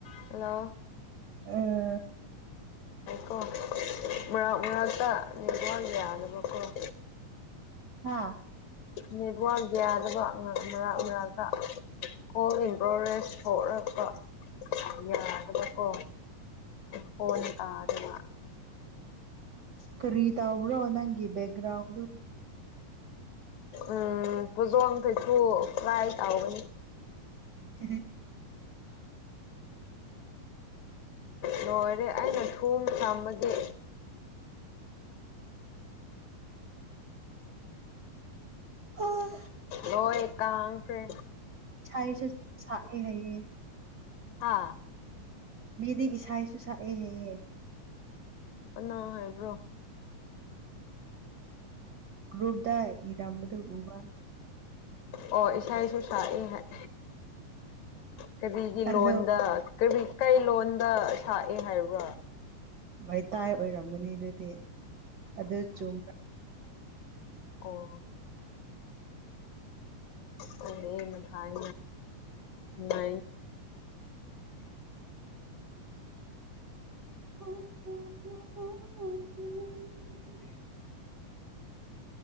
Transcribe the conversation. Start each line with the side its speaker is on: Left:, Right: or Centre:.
Left: Hello
Right: ꯑ
Left: ꯀꯣ ꯃꯥꯛ ꯃꯥꯛꯇ ꯌꯥꯗꯕ ꯀꯣ ꯍ
Right: ꯍꯥꯥ
Left: ꯅꯦꯠꯋꯔꯛ ꯌꯥꯗꯕ ꯉꯍꯥꯛ ꯃꯔꯥꯛ ꯃꯔꯥꯛꯛꯇ ꯀꯣꯜ ꯏꯟꯄ꯭ꯔꯣꯒꯦꯁ ꯊꯣꯛꯂꯛꯄ ꯌꯥꯗꯕꯀꯣ ꯐꯣꯟ ꯇꯥꯗꯕ
Right: ꯀꯔꯤꯇꯥ ꯑꯣꯕ꯭ꯔꯣ ꯅꯪꯒꯤ ꯦꯒ꯭ꯔꯥꯎꯗ
Left: ꯎꯝ ꯐꯖꯣꯟ ꯀꯩꯁꯨ ꯀꯥꯏ ꯇꯥꯎꯒꯅꯤ
Right: ꯍ
Left: ꯂꯣꯏꯔꯦ ꯑꯩꯅ ꯊꯨꯕ ꯊꯥꯝꯕꯒꯤ
Right: ꯑꯣ
Left: ꯍꯣꯏ ꯇꯥꯡꯈ꯭ꯔꯦ
Right: ꯏꯁꯩꯁꯨ ꯁꯛꯑꯦ ꯍꯥꯏꯌꯦ
Left: ꯍꯥꯥ
Right: ꯃꯤꯗꯤ ꯏꯁꯥꯁꯨ ꯁꯛꯑꯦ ꯍꯦꯛꯑ
Left: ꯀꯅꯥ꫰ꯍꯥꯏꯕ꯭ꯔꯣ
Right: ꯒ꯭ꯔꯨꯨꯞꯗ ꯏꯔꯝꯕꯗ ꯎꯕ
Left: ꯑꯣ ꯏꯁꯥꯁꯨ ꯇꯥꯛꯑꯦ ꯍꯥꯏ ꯀꯔꯤꯒꯤ
Right: ꯑꯗꯣ
Left: ꯂꯣꯟꯗ ꯀꯔꯤ ꯀꯩ ꯂꯣꯟꯗ ꯁꯛꯑꯦ ꯍꯥꯏꯕ꯭ꯔꯥ
Right: ꯃꯩꯇꯥꯏ ꯑꯣꯏꯔꯝꯒꯅꯤ ꯑꯗꯨꯗꯤ ꯑꯗꯨ ꯆꯨꯝꯕ
Left: ꯑꯣ ꯀꯂ ꯃꯊꯏ ꯃ
Right: ꯍ ꯍꯥꯏ